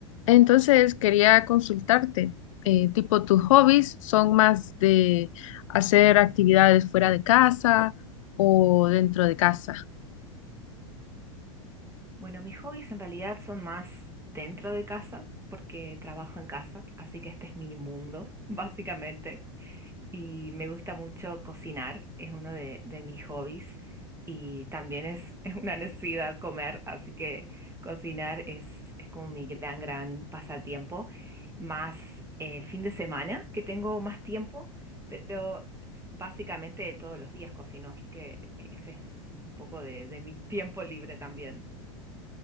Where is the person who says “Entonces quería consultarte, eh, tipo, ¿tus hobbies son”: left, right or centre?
Left